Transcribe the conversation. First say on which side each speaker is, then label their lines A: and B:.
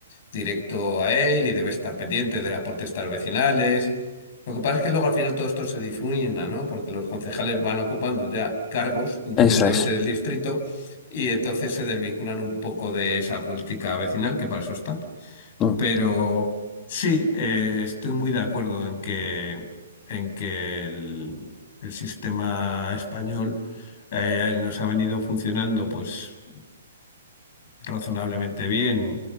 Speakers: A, on the left (about 55°); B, on the left (about 25°).
A: directo a él y debe estar pendiente de las protestas vecinales. Lo que pasa es que luego al final todo esto se difumina, ¿no? Porque los concejales van ocupando ya cargos independientemente
B: eso es.
A: del distrito y entonces se desvinculan un poco de esa política vecinal, que para eso están.
B: Mm,
A: Pero sí, eh, estoy muy de acuerdo en que, en que el, el sistema español eh, nos ha venido funcionando, pues razonablemente bien